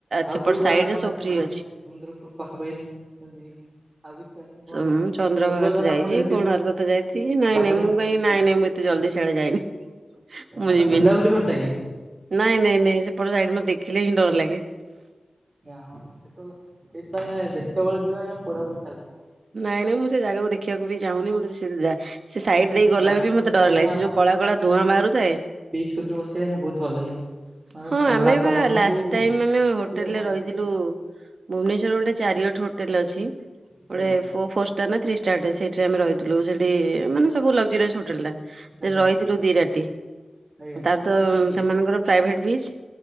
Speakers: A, on the right; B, on the right.
A: ଆଉ
B: ସେପଟ
A: କୋଉ ଜାଗା
B: ସାଇଡ
A: ଆପଣ
B: ରେ ସବୁ
A: ଆଇଚନ୍ତି
B: ଫ୍ରି
A: ମାନେ
B: ଅଛି।
A: ସମୁନ୍ଦ୍ରକୁଳ ପାଖାପାଖିରେ। ଯେମିତି କି ଆଉ କିଛି ଜାଗା ନୂଆ ଜାଗା
B: ମୁଁ ଚନ୍ଦ୍ରଭାଗା
A: ସ୍ୱର୍ଗ ଦ୍ୱାର
B: ଯାଇଛି
A: ଆପଣ ଯାଇଥିବେ
B: କୋଣାର୍କ ତ ଯାଇଥି ନାଇଁନାଇଁ
A: ଏଇ ପାଖରେ
B: ମୁଁ କାଇଁ ନାଇଁ ନାଇଁ ମୁଁ ଏତ ଜଲଦି ସିଆଡେ ଯାଇନି। ମୁଁ
A: ମାନେ
B: ଯିବିନି।
A: ବୁଲାବୁଲି କରିତେ ଆଜ୍ଞା
B: ନାଇଁ ନାଇଁ ନାଇଁ ସେପଟେ ସାଇଡ ମୋତ୍ ଦେଖିଲେ ହିଁ ଡର ଲାଗେ।
A: ଆଜ୍ଞା ହଁ ସେତବେଳେ ସେଇଥିପାଇଁ ଯେତେବେଳେ ଯିବେ ଆଜ୍ଞାପୋଡା ପୁଡ଼ି ଚାଲିଥିବ।
B: ନାଇଁନାଇଁ ମୁଁ ସେ ଜାଗାକୁ ଦେଖ ଦେଖିବାକୁ ବି ଚାହୁଁନି। ମୁ ତ ସେ ସାଇଡ
A: ଆଜ୍ଞା
B: ଦେଇ
A: ତ
B: ଗଲେ
A: ଚାରିଟା
B: ବି ମତେ
A: ବେଳେ
B: ଡର
A: ଆଜ୍ଞା
B: ଲାଗେ। ସେ ଯୋଉ କଳା କଳା ଧୂଆଁ ବାହାରୁଥାଏ।
A: ସତରେ ବସି <unintelligible> ବହୁତ ଭଲ ଲାଗିବ। ମାନେ
B: ହଁ
A: ଥଣ୍ଡା
B: ଆମେ ବା
A: ପବନକୁ
B: ଲାସ ଟାଇମ ଆମେ ହୋଟେଲରେ
A: ଟିକେ ଭଲ
B: ରହିଥିଲୁ
A: ଲାଗେ
B: ଭୁବନେଶ୍ୱରରେ ଗୋଟେ ଚାରିଓଟ ହୋଟେଲ ଅଛି
A: ଆଜ୍ଞା
B: ଗୋଟେ ଫୋ ଫୋର ଷ୍ଟାର ନା ଥ୍ରୀ ଷ୍ଟାର ଟେ ସେ ଥିରେ ଆମେ ରହିଥିଲୁ। ସେଠି ମାନେ ସବୁ ଲକ୍ଜରିଆସ ହୋଟେଲ ଟା ସେଠି
A: ଆଜ୍ଞା
B: ରହିଥିଲୁ ଦି ରାତି।
A: ଆଜ୍ଞା।
B: ତାର ତ
A: କିଏ କିଏ
B: ସେମାନଙ୍କର ପ୍ରାଇଭେଟ ବିଚ